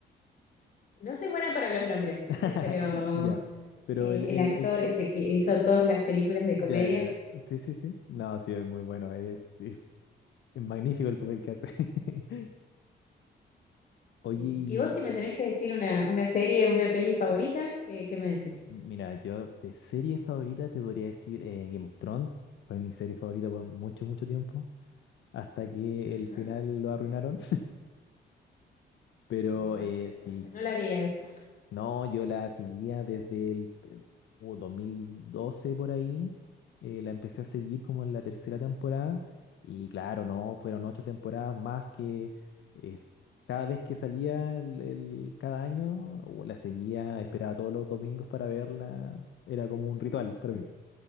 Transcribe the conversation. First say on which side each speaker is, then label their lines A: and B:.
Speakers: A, on the left; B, on the left.
A: no soy buena para los nombres, ¿viste?
B: <laughs>
A: Pero
B: Ya, pero
A: eh,
B: el, el,
A: el actor
B: el
A: es el que hizo todas las películas de
B: ya,
A: comedia.
B: ya, ya. sí, sí, sí. No, sí, es muy bueno, es, es, es magnífico el papel que hace. <laughs> Oye,
A: Eh, y vos, si me tenés que decir una, una serie, una peli favorita, ¿qué, qué me decís?
B: Mira, yo de serie favorita te podría decir eh, Game of Thrones. Fue mi serie favorita por mucho, mucho tiempo. Hasta que
A: Ajá.
B: el final lo arruinaron. <laughs> Pero
A: Y pasa,
B: eh, sí,
A: pasa. No la vi a esa.
B: no, yo la seguía desde el eh, uh, dos mil doce por ahí. eh, la empecé a seguir como en la tercera temporada. Y claro, no, fueron ocho temporadas más que eh, cada vez que salía el, el- cada año, uh, la seguía, esperaba todos los domingos para verla. Era como un ritual para
A: Mm,
B: mí.